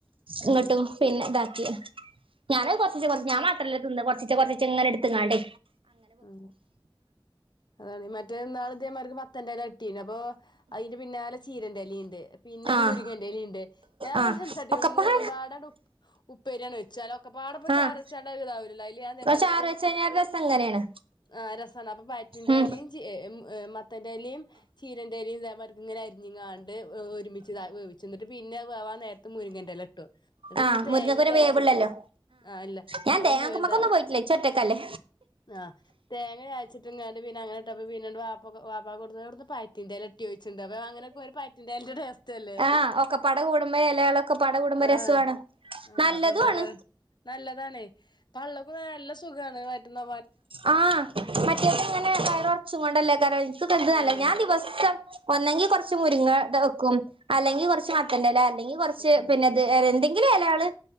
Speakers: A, on the right (about 80°); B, on the left (about 55°).
A: ഇങ്ങട്ടും
B: ആഹ്
A: പിന്നെതാക്ക ഞാൻ കൊറച്ച കൊറ ഞാൻ മറ്റല്ല തിന്ന് കൊറച്ച കൊറച്ച ഇങ്ങനെ എടുത്ത്ങ്ങാട്ടെ
B: ഉ അത മറ്റേ നാൾ ഇദേമാർക്ക് മത്തന്റെല പിന്ന പ്പൊ അതിന്റെ പിന്നാലെ ചീരന്റെ എ ലി ഉണ്ട് പിന്നെ
A: ആഹ്
B: മുരിങ്ങൻലി ഉണ്ട് ഞാൻ
A: ആഹ്
B: എന്താട്ടി
A: ഒക്കപ്പാട
B: മൂന്നും പാടണ്ട് ഉ് ഉപ്പേരിയാണ് വെച്ച് ഒക്കെ പാടപ്പ
A: ആഹ്
B: ചാറച്ചാണ്ട ഇതാവലോ അതില് ഞാൻ നമാർക്ക്
A: ചാറ് വെച്ച് കഴിഞ്ഞാ രസം ഇങ്ങനേണ്
B: ആ രസമാണ് അപ്പൊ പാറ്റിന്റെലും
A: ഉം
B: മത്തന്റെലും ചീര <unintelligible> <unintelligible> കുഞ്ഞങ്ങാണ്ട് ഒരുമിച്ച് വേച്ചിട്ട് പിന്നെ പിന്നെ വാവാ നേരത്തെ മുരിങ്ങൻന്റെല്ല ഇട്ടു എന്നിട്ട്
A: ആഹ്
B: പിന്നെ തേങ്ങയും
A: മുരിങ്ങക്ക് പിന്നെ
B: ചേച്ചിട്ട്
A: വേവുള്ളല്ലോ
B: ആഹ് ഇല്ല
A: ഞാൻ
B: അപ്പൊ
A: തേങ്ങാക്കുമ്മക്കൊന്നും
B: എന്താ
A: പോയിട്ടില്ല ഇച്ച് ഒറ്റക്കല്ലേ
B: ആ തേങ്ങ ചഴച്ചിട്ട് ഇങ്ങാണ്ട് പിന്നെ അങ്ങനെ ഇട്ട പിന്ന പാ വബാ കൊടുവിടുന്ന് പായത്തില്ല ോിച്ചിണ്ട് അപ്പ അങ്ങനൊക്കെ പാറ്ററ അവസ്ഥല്ലേ
A: ആഹ് ഒക്കപ്പാട കൂടുമ്പോ എലകളൊക്കെപ്പാട കൂടുമ്പോ
B: ആഹ
A: രസു ആണ്
B: ആ
A: നല്ലതു
B: അപ്പൊന്താ
A: ആണ്
B: പറ നല്ലതണ പള്ളക്കും നല്ല സുഖമാണ് മറ്റുന്ന
A: ആ മറ്റേതങ്ങനെ വയർ ഉറച്ചും കൊണ്ടല്ലേകാരം എനിക്കൊക്കെ ഇത്
B: അതാണ്
A: നല്ല ഞാൻ ദിവസം ഒന്നെങ്കി കുറച്ച് മുരിങ്ങടത് വെക്കും അല്ലെങ്കിൽ കുറച്ച് മത്തന്റെല അല്ലങ്കിൽ കൊറച്ചു
B: ആഹ്
A: പിന്നെ ത് <unintelligible> <unintelligible> ഇലേല്